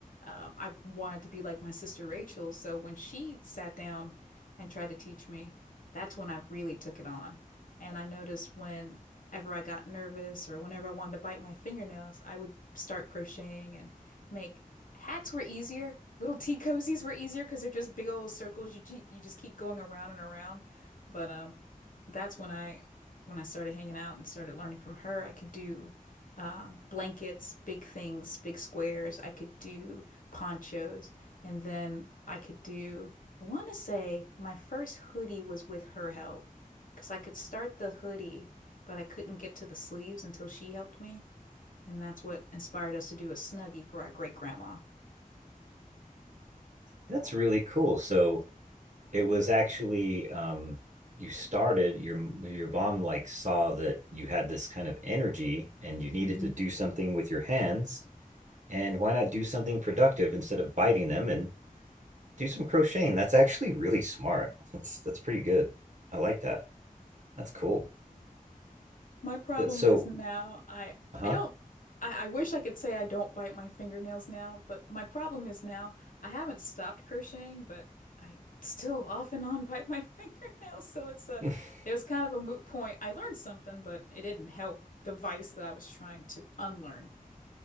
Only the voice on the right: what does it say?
That's really cool. So it was actually um you started your your mom like saw that you had this kind of energy and you needed
to do something with your hands and why not do something productive instead of biting them and do some crocheting that's actually really smart that's that's pretty good i like that that's cool
that, so
huh
<laughs>